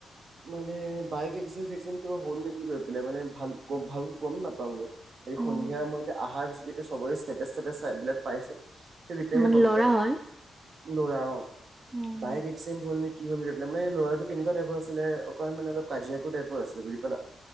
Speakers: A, on the right; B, on the right.
A: মানে বাইক এক্সিডেণ্ট চিক্সডেণন্ট কিবা হ'ল নেকি পেলাই মানে ভাল ভাল গম নাপাওঁ গে। আজি
B: অ',
A: সন্ধিয়া মই এতিয়া অহাৰ পিছত এতিয়া সবৰে ষ্টেচ ষ্টেচ চাই পেলাই পাইছো। সেই তেতিয়াহে
B: মানে
A: গম
B: ল'ৰা
A: পাইছে
B: হয়?
A: ল'ৰা অ
B: অ',
A: বাইক এক্সিডেণ্ট হ'ল নেকি কি হল গৈ পেলাই ল'ৰাটো কেনেকুৱা টাইপইৰ আছিলে অকমান মানে অলপ কাজিয়াকুৰ টাইপৰ আছিলে বুজি পালা।